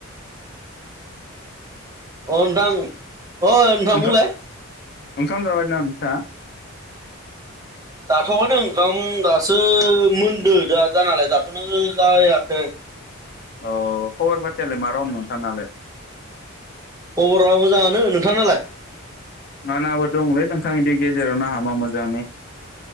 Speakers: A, on the right; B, on the left.
A: औ नोंथां। अ नोंथां
B: ओंखाम
A: बुलाय।
B: ओंखाम जाबाय नामा नोंथां?
A: जाथ'दों ओंखाम दासो मोनदो दा जानालाय जाथ'नो जायाखै।
B: अ खबर फाथियालाय मा रखम नोंथांनालाय?
A: खबरा मोजाङानो, नोंथां नालाय?
B: आंनाबो दंलै नोंथां बिदि गेजेरावनो हामा मोजांनि।